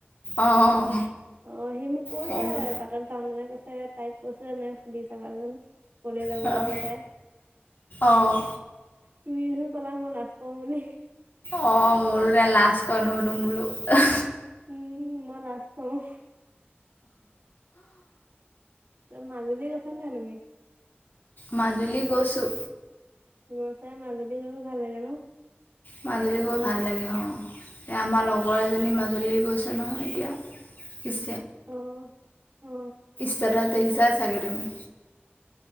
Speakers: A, on the left; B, on the right.
A: অঁ
B: অ', সি মোক কৈছে
A: মই
B: বাটত যাওঁতেনে কৈছে কৈছিলে <unintelligible> সুধি চাবাচোন। কলে যাব
A: বোলো অঁ
B: আজি টাই।
A: অঁ
B: তুমি পলা মই লাজ পাওঁ বুলি।
A: অ', মুলৰে লাচ কৰে ন উদংো।
B: উম মই লাজ কৰো। মাজুলী গৈছা নাই তুমি?
A: মাজুলি গৈছোঁ।
B: গৰু চাই মাজুলী <unintelligible> ভাল লাগে ন?
A: মাজুলী গৈ ভাল লাগে অ'। এ আমাৰ লগৰ এজনী মাজুলী গৈছে নহয় এতিয়া।
B: অ অ
A: ষ্টেটাছ দেখিছাই চাগে তুমি?